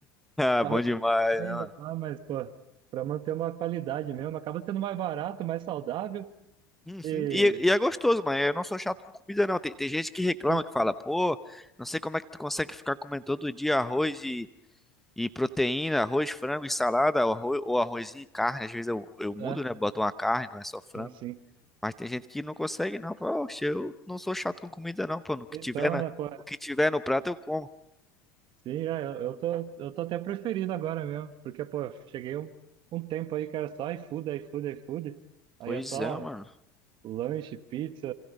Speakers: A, in the centre; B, on the right.
A: Ah,
B: arroz
A: bom demais,
B: e
A: né, mano?
B: tá, mas, pô, pra manter uma qualidade mesmo, acaba sendo mais barato, mais saudável
A: Uhum.
B: e,
A: E, e é gostoso, mano. Eu não sou chato com comida, não. Tem, tem gente que reclama,
B: sim,
A: que fala, pô, não sei como é que tu consegue ficar comendo todo dia arroz E proteína, arroz, frango e salada, ou, arroz, ou arrozinho e carne. Às vezes eu, eu mudo,
B: é,
A: né? Boto uma carne, não é só frango.
B: sim, sim.
A: Mas tem gente que não consegue, não. Fala, Oxe, eu não sou chato com comida, não, pô. O que
B: Então,
A: tiver na,
B: né, pô,
A: o que tiver no prato eu como.
B: Sim, é, eu, eu tô, eu tô até preferindo agora mesmo, porque, pô, eu cheguei um, um tempo aí que era só iFood, iFood, iFood, aí
A: Pois
B: é só
A: é, mano.
B: lanche, pizza,